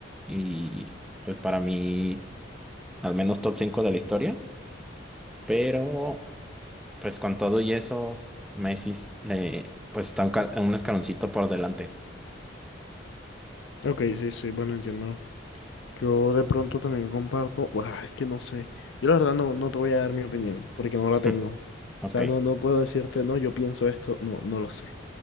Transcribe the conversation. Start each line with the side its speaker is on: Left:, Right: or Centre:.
Centre: y pues para mí, al menos top 5 de la historia, pero pues con todo y eso, Messi le, pues está un, ca- un escaloncito por delante.
Left: Ok, sí, sí, bueno, entiendo. Yo de pronto también comparto, Uah, es que no sé. Yo la verdad no, no te voy a dar mi opinión, porque no
Centre: <laughs>
Left: la tengo. O
Centre: Ok,
Left: sea, no, no puedo decirte, no, yo pienso esto, no, no lo sé.